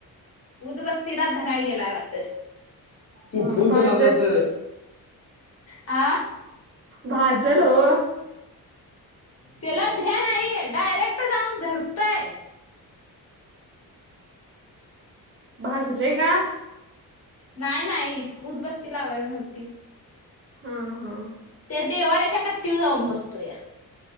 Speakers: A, on the left; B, on the right.
A: उदबत्तीिला धराय गेलाय वाात तू
B: हा
A: फोनच्या
B: भाजत
A: नादात आ
B: भाजलं ओ
A: त्याला भ्या नाहीये डायरेक्ट जाऊन धरतय
B: भाजले का
A: नाही नाही उदबत्ती लावायला नव्हती
B: हा हा
A: त्या देवाऱ्याच्या कट्टीवर जाऊन बसतो या